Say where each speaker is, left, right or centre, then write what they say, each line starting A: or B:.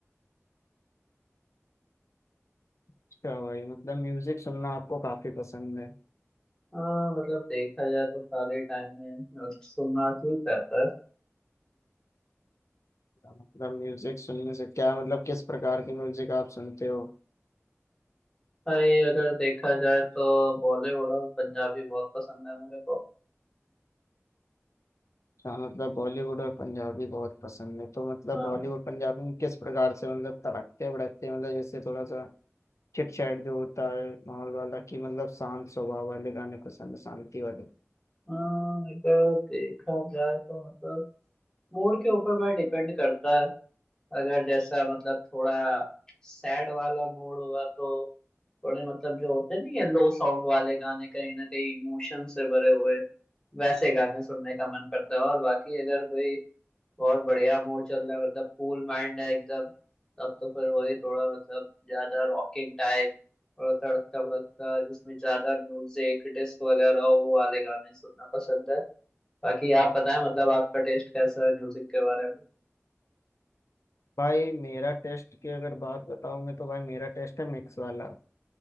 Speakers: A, on the left; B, on the left.
A: अच्छा भाई मतलब म्यूजिक सुनना आपको काफी पसंद है
B: हाँ मतलब देखा जाए तो खाली टाइम में म्यूजिक सुनना ठीक रहता है
A: मतलब म्यूजिक सुनने से क्या मतलब किस प्रकार की म्यूजिक आप सुनते हो
B: भाई अगर देखा जाए तो बॉलीवुड और पंजाबी बहुत पसंद है मेरे को
A: हाँ मतलब बॉलीवुड और पंजाबी बहुत पसंद है तो मतलब
B: हाँ
A: बॉलीवुड पंजाबी में किस प्रकार से मतलब तड़कते भड़कते मतलब जैसे थोड़ा सा चिटचैट जो होता है माहौल वाला कि मतलब शांत स्वभाव वाले गाने पसंद है शांति वाले
B: हाँ, अगर देखा जाए तो मतलब मूड के ऊपर पर डिपेंड करता है अगर जैसा मतलब थोड़ा सैड वाला मूड हुआ तो थोड़े मतलब जो होते नहीं है लो साउंड वाले गाने कहीं ना कहीं इमोशन से भरे हुए वैसे गाने सुनने का मन करता है और बाकी अगर कोई बहुत बढ़िया मूड चल रहा है मतलब कूल माइंड है एकदम तब तो फिर वही थोड़ा मतलब ज्यादा रॉकिंग टाइप और तड़कता भड़कता जिसमें ज्यादा म्यूजिक डिस्क वगैरह हो, वो वाले गाने सुनना पसंद है बाकी आप बताएं मतलब आपका टेस्ट कैसा है म्यूजिक के बारे में
A: भाई मेरा टेस्ट की अगर बात बताऊं मैं तो भाई मेरा टेस्ट है मिक्स वाला